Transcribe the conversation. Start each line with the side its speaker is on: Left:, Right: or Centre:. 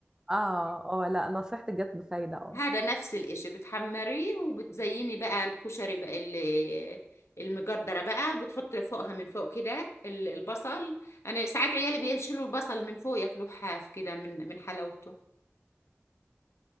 Right: اه اه لا نصيحتك جت بفايده اه
Left: هذا نفس الاشي بتحمريه وبتزيني بقى الكشري بقى ال- المجدره بقى وبتحط فوقها من فوق كده ال- البصل انا ساعات عيالي بيشيلوا البصل من فوق ياكلوه حاف كده من من حلاوته